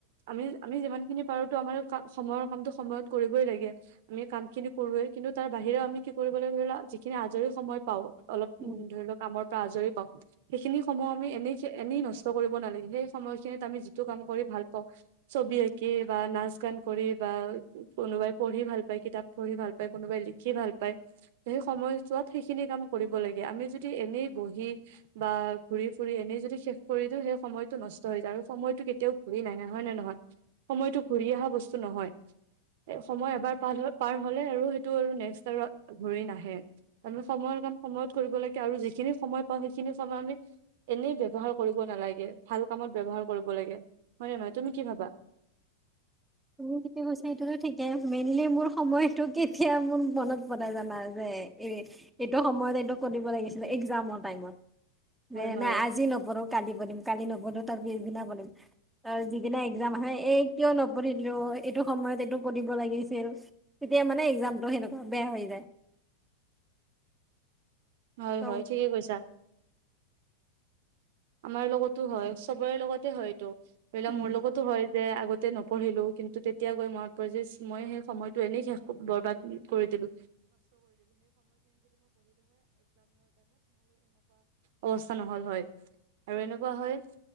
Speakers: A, on the right (about 50°); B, in the centre.
A: আমি আমি যিমান খিনি পাৰোতো আমাৰ ক সময়ৰ কামতটো সময়ত কৰিবই লাগে আমি কাম খিনি কৰো কিন্তু তাৰ বাহিৰেও আমি কি কৰিবলৈ ধৰিলা যিখিনি আজৰি সময় পাওঁ অলপ
B: উম।
A: উ ধৰি লও কামৰ পৰা আজৰি পাওঁ সেইখিনি সমূহ আমি এনে এনেই নছ কষ্ট কৰিব নালাগে সেই সময় খিনিত আমি যিটো কাম কৰি ভাল পাওঁ ছবি আঁকি বা নাচ গান কৰি বা বা কোনোবাই পঢ়ি ভাল পায় কিতাপ পঢ়ি ভাল পায় কোনোবাই লিখি ভাল পায় ত সেই সময়ছোৱাত সেইখিনি কাম কৰিব লাগে আমি যদি এনেই বহি বা ঘুৰি ফুৰি এনেই যদি শেষ কৰিও সেই সময়টো নষ্ট হৈ যায় আৰু সময়টো কেতিয়াও ঘূৰি নাহে নাই হয় নে নহয় সময়তো ঘূৰি অহা বস্তু ন নহয়। সময় এবাৰ পাৰ পাৰ হলে আৰু সেইটো আৰু নেক্স ঘৰি নাহে। তাৰমানে সময়ৰ কাম সময়ত কৰিব লাগে আৰু যিখিনি সময় পাওঁ সেইখিনি সময় আমি এনেই ব্যৱহাৰ কৰ কৰিব নালাগে ভাল কামত ব্যৱহাৰ কৰিব লাগে হয় ন নহয় তুমি কি ভাবা? <unintelligible>
B: গৈছে সেইটোতো ঠিকেই মেইনলি মোৰ সময়টো কেতিয়া মোৰ মনত বনাই জানা যে এই এইটো সময়ত এইটো কৰিব লাগিছিলে এক্জামৰ টাইমত। ন
A: হয় হয়।
B: নাই আজি নপঢো কালি পঢ়িম কালি নপঢো পিছদিনা পম ত যিদিনা এক্জাম আহে এই কিয় ন <unintelligible> এইটো সময়ত এইটো পঢিব লাগিছিল তেতিয়া মানে এক্জামটো সেনেকুৱা বেয়া হৈ যায়
A: হয়
B: ত
A: হয় ঠিকেই কৈছা আমাৰ লগতো হয় চবৰে লগতে হয়তটো ধৰিলোৱা
B: উম,
A: মোৰ লগতো হয় যে আগতে নপঢ়িলো কিন্তু তেতিয়া গৈ মনত পৰে যে মই সেই সময়টো এনেই শেষ বৰবাদ কৰি দি <unintelligible> কস্থ নহল হয় আৰু এনেকুৱা হয়